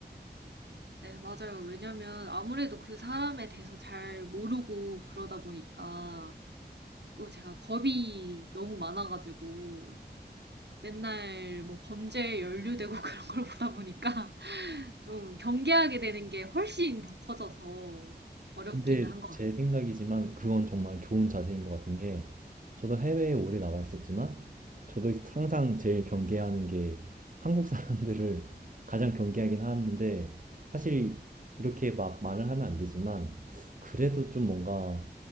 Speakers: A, on the right; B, on the right.
A: 네, 맞아요. 왜냐면 아무래도 그 사람에 대해서 잘 모르고 그러다 보니까 또 제가 겁이 너무 많아가지고 맨날 뭐 범죄에 연루되고 <laughs> 그런 걸 보다 보니까 <laughs> 좀 경계하게 되는 게 훨씬 더 커져서 어렵기는
B: 근데
A: 한 것
B: 제
A: 같습니다.
B: 생각이지만 그건 정말 좋은 자세인 것 같은 게 저도 해외에 오래 나와 있었지만 저도 항상 제일 경계하는 게 한국 사람들을 가장 경계하긴 하는데 사실 이렇게 막 말을 하면 안 되지만 그래도 좀 뭔가